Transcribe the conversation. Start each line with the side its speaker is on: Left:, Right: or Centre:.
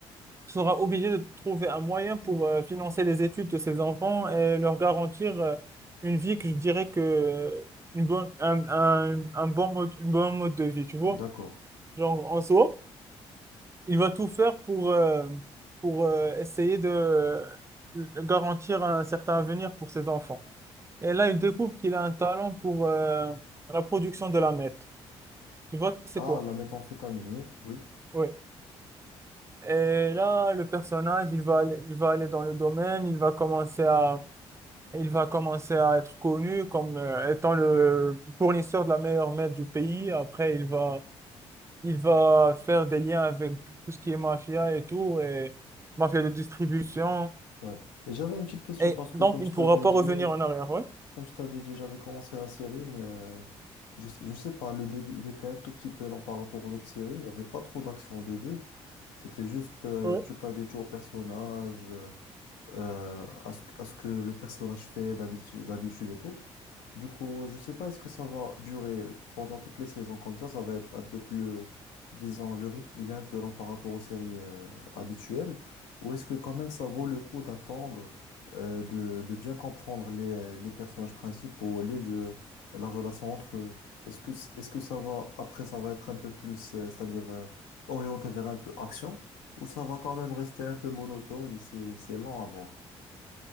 Right: sera obligé de trouver un moyen pour euh, financer les études de ses enfants et leur garantir euh, une vie que je dirais que une bonne, un, un, un bon mode, une bonne mode de vie, tu vois.
Left: D'accord.
Right: Genre, en soi, il va tout faire pour, euh, pour euh, essayer de de garantir un certain avenir pour ses enfants. Et là, il découvre qu'il a un talent pour euh, la production de la meth. Tu vois, c'est
Left: Ah,
Right: quoi?
Left: la méthamphétamine, oui, oui.
Right: Ouais. Et là, le personnage, il va, aller- il va aller dans le domaine, il va commencer à, il va commencer à être connu comme euh, étant le fournisseur de la meilleure merde du pays. Après, il va, il va faire des liens avec tout ce qui est mafia et tout, et mafia de distribution.
Left: Ouais. Mais j'avais une petite question
Right: Et
Left: parce que,
Right: donc,
Left: comme
Right: il
Left: je
Right: ne pourra
Left: t'avais
Right: pas
Left: dit,
Right: revenir en arrière, ouais.
Left: Comme je t'avais dit, j'avais commencé la série, mais euh, je, je sais pas, le début, il était un tout petit peu lent par rapport aux autres séries. Il n'y avait pas trop d'action au début. C'était juste, euh,
Right: Ouais.
Left: tu t'habitues au personnage, euh, euh, à ce, que à ce que le personnage fait d'habitude d'habitude et tout. Du coup, je sais pas, est-ce que ça va durer pendant toutes les saisons comme ça? Ça va être un peu plus, euh, disons, le rythme, il est un peu lent par rapport aux séries euh, habituelles. Ou est-ce que quand même ça vaut le coup d'attendre, euh, de, de bien comprendre les, euh, les personnages principaux, les lieux, la relation entre eux? Est-ce que, est-ce que ça va, après, ça va être un peu plus, euh, c'est-à-dire euh, orienté vers un peu action? Ou ça va quand même rester un peu monotone et c'est, c'est lent à voir?